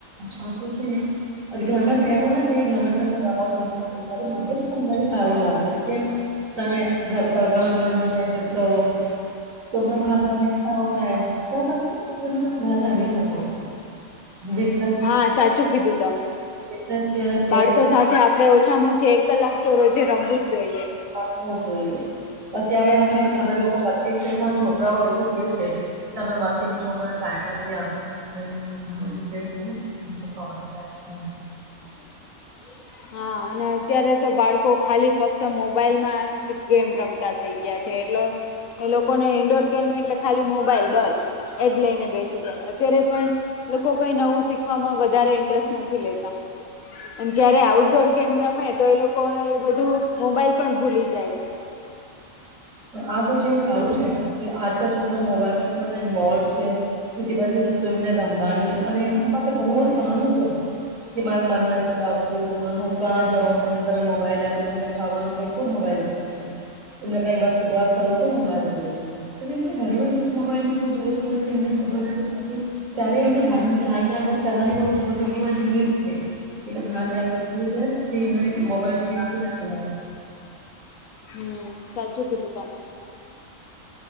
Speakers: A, on the right; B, on the left.
A: હ આ તો છે અરે ઘરમાં. એવું નથી ગમે તમે રમો તમને કે તમારે સારું લાગશે કેમ તમે. ઘ તડકા મે ભાન ન જાય શકતા હો તો બ મહત્ ચ્ઠાઓ <inaudible> થાય તો તમે ર શકો છો બ
B: હા સાચું કીધું તમે
A: બિઝનેસ છે અને ચેસ
B: બાળકો સાથે. આપણે ઓછામાં ઓછી એક કલાક તો રોજે રમવું જ જોઈએ.
A: આપવું જોઈએ પછી હવે અમે
B: હમ
A: અમે લોકો પ્ય છે છોકરાઓ એવું. એ છે તમે વર્કિંગ છો મ ટાઈમ નથી. ઘું બધું કે <inaudible> છેોબ્લેમ થાય છે
B: હ <unintelligible> હા અને અત્યારે તો બાળકો ખાલી ફક્ત મોબાઈલ માં જ ગેમ રમતા‌. થઈ ગયા છે એટલો એ લોકોને ઇન્ડોર ગેમ એટલે ખાલી મોબાઈલ બસ. એ જ લઈને બેસી જાય અત્યારે પણ લોકો કઈ નવું શીખવામાં વધારે ઇન્ટરેસ્ટ નથી લેતા. અને જયારે આઉટડોર કેમ રમે તો એ લોકો એ બધું મોબાઈલ પણ ભૂલી જાય છે.
A: આ તો છે સારું છે કે આજકા છોકરા મોબાઈલમાં બધા ઇન્વોલ્વ છે. કિ બ બાધી વસ્ <inaudible> એમને રમવાનું અને એમની પાસે ઘણું બધું બહાનું હોજ કે મારુ મન નથી લાગતું. ત હું કાં જાઉં મને તમે મોબાઈલ આપી મને ખાવાનું કઈ તો મોબાઈલ છે. એમને કઈ વાસ્તુ વાત કરું તો મોબાઈલ જોઇએ છે મને ઘણી વાર પછી મોબાઈલ ની શું જરૂરત હોય છે એમને ખબર નથી. ત્યારે એમને ઢાન ધ્યાન રાખવા તમારી ની બ‌ઉજ ઘણી બધી ની છે. એનું ધ્યાન ડાયરેક્ટ થઈ જાય પછી એને મોબાઈલ ની યાદી નથી આવે.
B: હુ સાચું કીધું તમે.